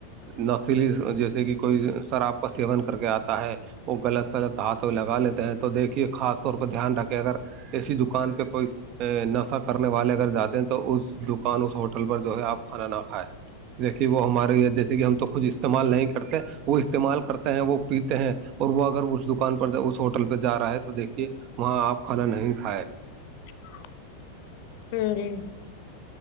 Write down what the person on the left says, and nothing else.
ہ <inaudible> ج جی <inaudible>